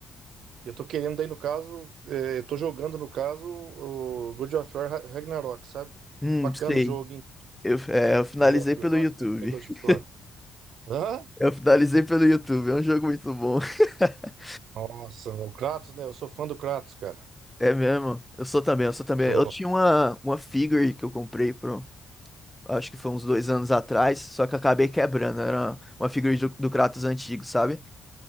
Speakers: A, on the right; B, in the centre.
A: eu tô querendo daí no caso, é, eu tô jogando no caso o God of War Ra- Ragnarok, sabe?
B: Hum,
A: Bacana
B: sei.
A: o jogo, hein?
B: Eu, é, eu finalizei
A: God of
B: pelo
A: War,
B: YouTube.
A: como é que é God of
B: <laughs>
A: War? Hã?
B: Eu finalizei pelo YouTube. É um jogo muito bom. <laughs>
A: Nossa, o Kratos, né? Eu sou fã do Kratos, cara.
B: É mesmo? Eu sou também, eu sou também.
A: Sou.
B: Eu tinha uma, uma figure que eu comprei pro. Acho que foi uns dois anos atrás, só que eu acabei quebrando. Era uma, uma figure do, do Kratos antigo, sabe?